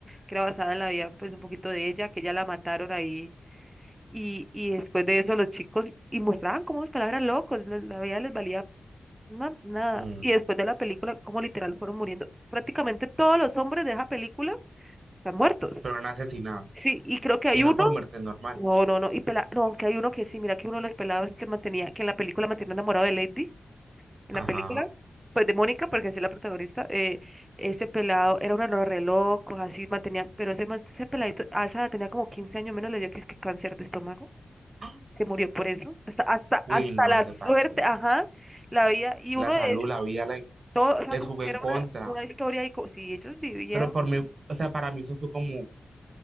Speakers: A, on the right (about 15°); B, on the right (about 65°).
A: que era basada en la vida pues un poquito de ella, que ya la mataron ahí y, y después de eso los chicos y mostraban cómo los palabras locos, les- la vida les valía na- nada.
B: Mm,
A: Y después de la película, como literal fueron muriendo, prácticamente todos los hombres de esa película están muertos.
B: fueron asesinados
A: Sí, y creo que hay
B: y
A: uno
B: no por muertes normales.
A: no, no, no. Y pela... No, aunque hay uno que sí, mira que uno de los pelados que mantenía, que en la película mantenía enamorado de Lady, en
B: Ajá.
A: la película, pues de Mónica, porque así es la protagonista, eh, ese pelado era uno de los re locos, así mantenía, pero ese, man- ese peladito, a esa edad tenía como 15 años menos, le dio que es que cáncer de estómago,
B: ¡Ah!
A: se murió por eso, hasta, hasta,
B: Uy,
A: hasta
B: no
A: la
B: se
A: suerte,
B: pasó.
A: ajá, la vida, y uno
B: La
A: de
B: salud,
A: ellos,
B: la vida la-
A: todo, o sea,
B: les
A: como
B: jugó
A: que
B: en
A: era
B: contra.
A: una, una historia, y co- si ellos vivían,
B: Pero por mí, o sea, para mí eso fue como,